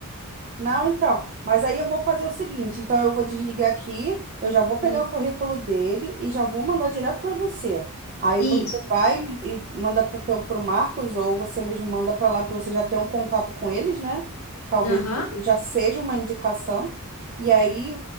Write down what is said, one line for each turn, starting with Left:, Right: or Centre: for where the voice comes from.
Right: Não, então. Mas aí eu vou fazer o seguinte: então eu vou desligar aqui, eu já vou pegar
Left: Hum,
Right: o currículo dele e já vou mandar direto para você. Aí
Left: Isso,
Right: você vai e manda para o Marcos, ou você mesmo manda para lá que você já tem um contato com eles, né? Talvez
Left: aham,
Right: você já seja uma indicação. E aí